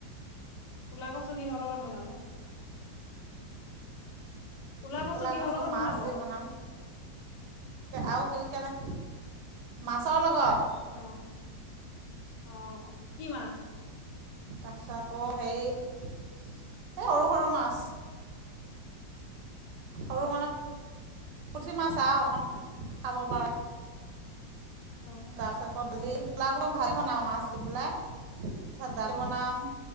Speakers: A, on the left; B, on the right.
A: ক'লা কচু কিহৰ গলত বনাব। কোলা কচু
B: ক'লা
A: কিহৰ
B: গছৰ
A: লগত
B: মাছ
A: বনাব অ
B: যে বনাম। আৰু কেনে মাছৰ লগত।
A: অ', অ', কি মাছ।
B: তাৰপিছত আকৌ সেই এই সৰু, সৰু মাছ। সৰু
A: অ
B: মানে পুঠি মাছ আৰু অকণমান খাব পাৰা।
A: অ'।
B: তাৰপিছত গধূলিলা আকৌ ভাৰি বনাওঁ মাছ দি পেলাই তাৰপিছত দালি বনাম।